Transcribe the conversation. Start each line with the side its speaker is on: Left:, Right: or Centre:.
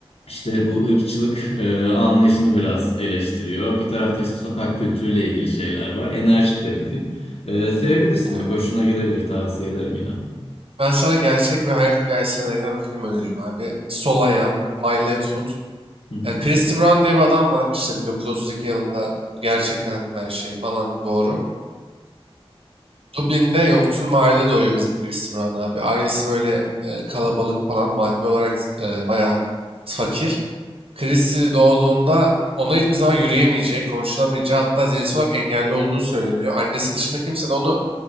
Left: İşte bu ırkçılık e, anlayışını biraz eleştiriyor. Bir taraftan işte sokak kültürüyle ilgili şeyler var. Enerjik de bir film. E, sevebilirsin
Right: Evet.
Left: bak hoşuna gidebilir tavsiye ederim yine.
Right: Ben sana gerçek bir hayat hikayesine dayanan bir film önereyim abi. Sol I My Left Foot.
Left: Hı hı.
Right: E, Christy Brown diye bir adam var. İşte 1932 yılında bu gerçekten her şey falan doğru. Dublin'de yoksul mahallede doğuyor bizim Christy Brown abi. Ailesi böyle e, kalabalık falan maddi olarak e, bayağı fakir. Christy doğduğunda ona hiçbir zaman yürüyemeyeceği, konuşulamayacağı hatta zihinsel olarak engelli olduğu söyleniyor. Annesi dışında kimse de onu